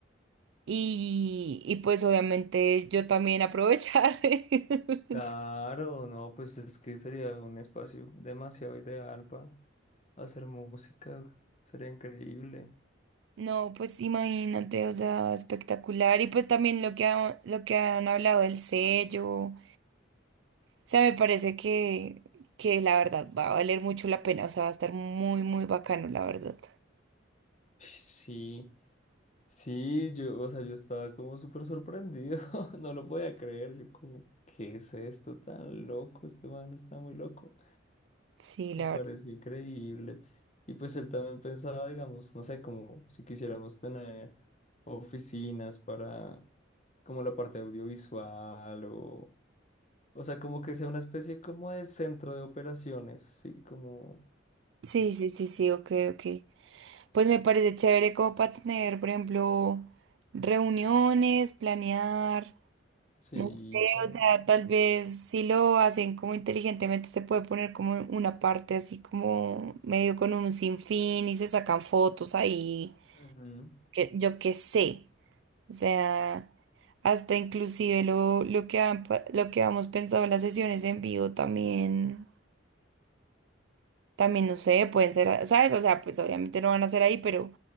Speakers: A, on the right; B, on the left.
A: Y, y pues obviamente yo también aprovechar. <laughs>
B: Claro, no, pues es que sería un espacio demasiado ideal para hacer música. Sería increíble.
A: No, pues imagínate, o sea, espectacular. Y pues también lo que, ha- lo que han hablado del sello, o sea, me parece que, que la verdad va a valer mucho la pena, o sea, va a estar muy, muy bacano, la verdad.
B: Sí. Sí, yo, o sea, yo estaba como súper sorprendido, <laughs> no lo podía creer, yo como, ¿qué es esto tan loco? Este man está muy loco,
A: Sí, la
B: me pareció
A: verdad.
B: increíble. Y pues él también pensaba, digamos, no sé, como si quisiéramos tener oficinas para como la parte audiovisual o, o sea, como que sea una especie como de centro de operaciones, sí, como,
A: Sí, sí, sí, sí, ok, ok. Pues me parece chévere como para tener, por ejemplo, reuniones, planear.
B: sí,
A: No sé,
B: chévere.
A: o sea, tal vez si lo hacen como inteligentemente se puede poner como una parte así como medio con un sinfín y se sacan fotos ahí,
B: Ujú.
A: que yo qué sé. O sea, hasta inclusive lo, lo que han pa- lo que hemos pensado en las sesiones en vivo también, también no sé, pueden ser, a- ¿sabes? O sea, pues obviamente no van a ser ahí, pero,